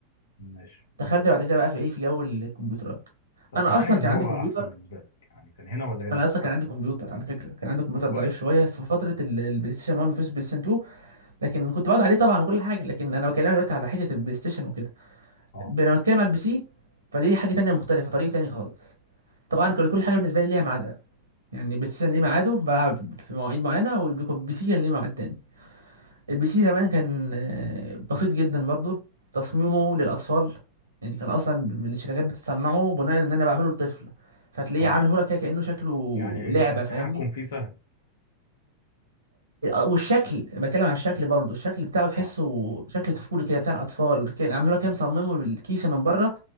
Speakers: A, on the left; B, on the right.
A: ماشي
B: دخلت بعد كده بقى في ايه في جو الكمبيوترات
A: طب
B: انا
A: كان
B: اصلا
A: انهي اللي
B: كان
A: هو
B: عندي كمبيوتر
A: احسن بالنسبه لك يعني كان هنا ولا هنا
B: انا
A: في
B: اصلا
A: التحكم
B: كان عندي كمبيوتر على فكره كان عندي كمبيوتر
A: طب كويس
B: ضعيف شويه في فتره ال- البلاي ستيشن 1 وفي البلاي ستيشن 2 لكن كنت بقعد عليه طبعا وكل حاجه لكن انا بكلمك دلوقتي على حته البلاي ستيشن وكده
A: اه
B: ب- لما بتكلم على البي سي فدي حاجه تانية مختلفه طريق تاني خالص طبعا كان كل حاجه بالنسبه لي ليها ميعادها يعني البلاي ستيشن ليه ميعاده بلعب في مواعيد معينه والبي سي كان ليه ميعاد تاني البي سي زمان كان آه، بسيط
A: مم.
B: جدا برضه تصميمه للاطفال يعني كان اصلا الشركات بتصنعه بناء ان انا بعمله لطفل فتلاقيه
A: اه
B: عامل هولك كده كانه شكله
A: يعني
B: لعبه
A: ال- التحكم
B: فاهمني
A: فيه سهل
B: والشكل لما اتكلم عن الشكل برضو الشكل بتاعه تحسه
A: اه
B: شكل طفولي كده بتاع اطفال كان عاملين لها كده مصممه بالكيسه من بره